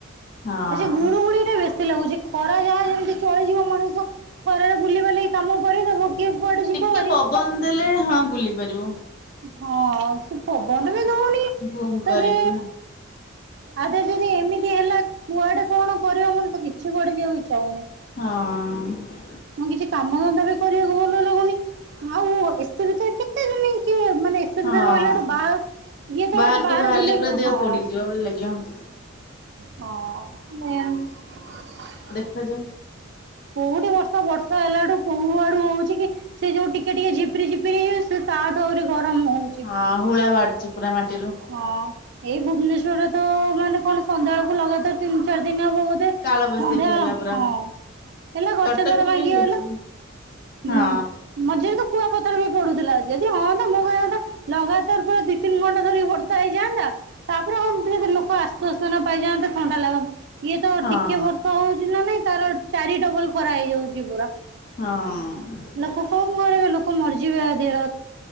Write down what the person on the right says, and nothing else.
ଆ ଗୁଳି ଗୁଳିଟା ବେଶି ସେ ଲାଗୁଛି ଖରା ଯାହା ଯେମିତି ଚଳିଯିବ ମଣିଷ ଖରାରେ ବୁଲିିବାଲି କାମ କରିଦବ। କିଏ କୁଆଡେ ଯିବ
ଭାରି।
ହଁ ସେ ପବନ ବି ଦଉନି
ତଦେ
ଆଗ ଯଦି ଏମିତି ହେଲା କୁଆଡେ କଣ କରିବ ମଣିଷ କିଛି କୁଆଡେ ଯିବାକୁ ଇଚ୍ଛା ହଉନି।
ମୁଁ କିଛି କାମ ଧନ୍ଦା ବି କରିବାକୁ ଭଲ ଲାଗୁନି ଆଉ ଏସି ଭିତରେ କେତେ ଦିନି କି ମାନେ ଏସେ
ଭିତରେ ରହିଲା ଗୋଟେ ବାହାର ଇଏ ତ
ଗୋଟେ ବାହାରେ
ବୁଲେଇ
ହଁ।
ହଁ <unintelligible>
କୋଉଠି ବର୍ଷା ବର୍ଷା ହେଲାଡୁ କୋଉ ଆଡୁ ହଉଛି କି। ସେ ଯୋଉ ଟିକେ ଟିକେ ଝପିରି ଝିପିରି ହେଇଯାଉଚି ତା ଠୁ ଆହୁରି ଗରମ ହଉଚି।
ହଁ ଏଇ ଭୁବନେଶ୍ୱରରେ ତ ମାନେ କଣ ସନ୍ଧ୍ୟାଳକୁ ଲଗାତାର ତିନି ଚାରି ଦିନି ହବ ବୋଧେ।
ସନ୍ଧ୍ୟା
ହଁ। ହେଲା ଗଛ
ଦ୍ୱରା ଭାଙ୍ଗି
ଗଲା ହୁଁ
ମଝିରେ ତ କୁଆପଥ ପଥର ପଡୁଥିଲା ଯଦି ହଁ ନ୍ତା ମୁଁ କହିବା ଲଗାତାର ପୁରା ଦି ତିନି ଘଣ୍ଟା ଧରି ବର୍ଷା ହେଇଯାଆନ୍ତା। ତାପରେ ହ ଯଦି ଲୋକ ଆସସ୍ଥାନା ପାଇଯାନ୍ ଥଣ୍ଡା ଲାଗନ୍ତା। ଇଏ ତ
ଟିକେ ବର୍ଷ ହଉଛି ନା ନାଇଁ ତାର ଚାରି ଡବଲ ଖରା ହେଇଯାଉଛି ପୁରା।
ଲୋକ କଣ କରିବେ ଲୋକ ମରିଯିବେ ଦେର